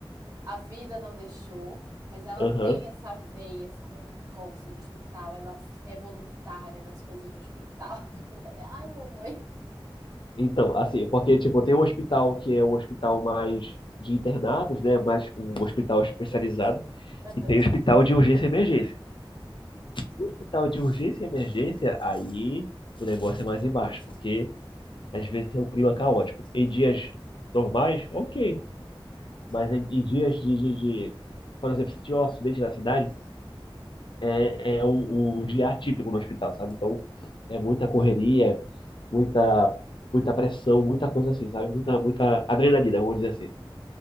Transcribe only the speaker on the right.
a vida não deixou. Mas ela
tem essa veia, sabe? Ela gosta de hospital, ela f- é voluntária nas coisas de hospital. <laughs> Eu falei, ai, mamãe.
Aham,